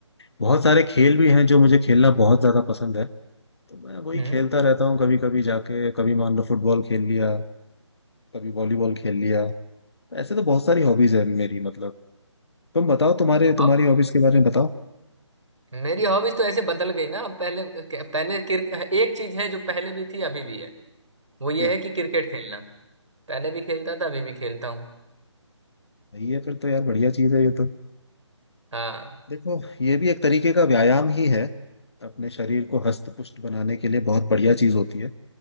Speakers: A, on the left; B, on the right.
A: बहुत सारे खेल भी हैं जो मुझे खेलना बहुत ज्यादा पसंद है तो मैं वही
B: हम्म
A: खेलता रहता हूँ कभी कभी जाके कभी मान लो फुटबॉल खेल लिया कभी वॉलीबॉल खेल लिया ऐसे तो बहुत सारी हॉबीज है मेरी मतलब तुम बताओ तुम्हारे
B: अब
A: तुम्हारी हॉबीज के बारे में बताओ
B: मेरी हॉबीज तो ऐसे बदल गई ना पहले पहले क्रिक एक चीज है जो पहले भी थी अभी भी है वो ये
A: क्या
B: है कि क्रिकेट खेलना पहले भी खेलता था अभी भी खेलता हूँ
A: सही है फिर तो यार बढ़िया चीज है ये तो
B: हाँ
A: देखो ये भी एक तरीके का व्यायाम ही है अपने शरीर को हस्त पुष्ट बनाने के लिए बहुत बढ़िया चीज होती है